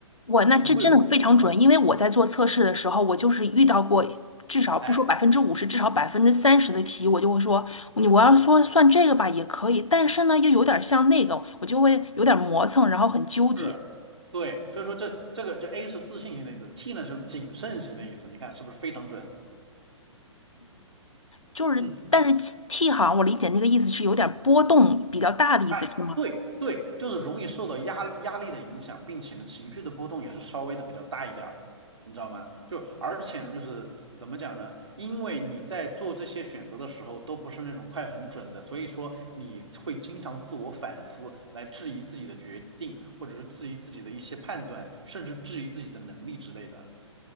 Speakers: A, on the left; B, on the right.
A: 我那这真的非常准，
B: 是不会有这种思考的，
A: 因为我在做测试的时候，我就是遇到过至少不说百分之五十，
B: 哎，
A: 至少百分之三十的题，我就会说，你我要说算这个吧也可以，但是呢又有点像那个，我就会有点磨蹭，然后很纠结。
B: 是，对，所以说这这个这 A 是自信型的意思，T 呢是谨慎型的意思，你看是不是非常准？
A: 就是，
B: 嗯。
A: 但是 T 好像我理解那个意思是有点波动比较大的意思，
B: 哎，
A: 是吗？
B: 对对，就是容易受到压压力的影响，并且呢，情绪的波动也是稍微的比较大一点儿，你知道吗？就而且呢，就是怎么讲呢？因为你在做这些选择的时候都不是那种快很准的，所以说你会经常自我反思，来质疑自己的决定，或者是质疑自己的一些判断，甚至质疑自己的能力之类的，